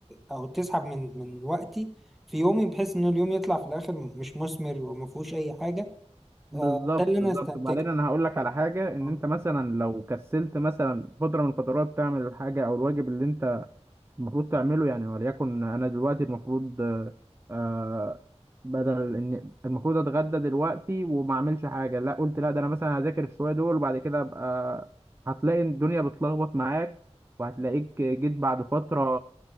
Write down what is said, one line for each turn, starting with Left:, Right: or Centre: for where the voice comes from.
Centre: او تسحب من من وقتي في يومي بحيث ان اليوم يطلع في الاخر مش مثمر وما فيهوش اي حاجة
Right: بالظبط
Centre: آه، ده اللي انا
Right: بالظبط
Centre: استنتجته
Right: وبعدين أنا هقول لك على حاجة إن
Centre: آه،
Right: أنت مثلا لو كسلت مثلا فترة من الفترات تعمل الحاجة أو الواجب اللي أنت المفروض تعمله يعني وليكن انا دلوقتي المفروض آه، آه، بدل ان المفروض اتغدى دلوقتي وما اعملش حاجه لا قلت لا ده انا مثلا هذاكر الشويه دول وبعد كده ابقى هتلاقي الدنيا بتلخبط معاك وهتلاقيك جيت بعد فتره